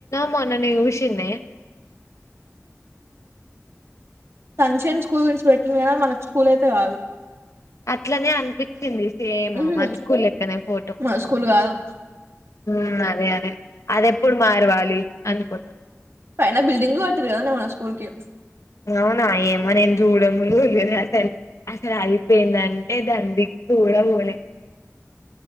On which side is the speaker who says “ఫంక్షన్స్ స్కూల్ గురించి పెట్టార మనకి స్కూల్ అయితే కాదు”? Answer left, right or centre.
Right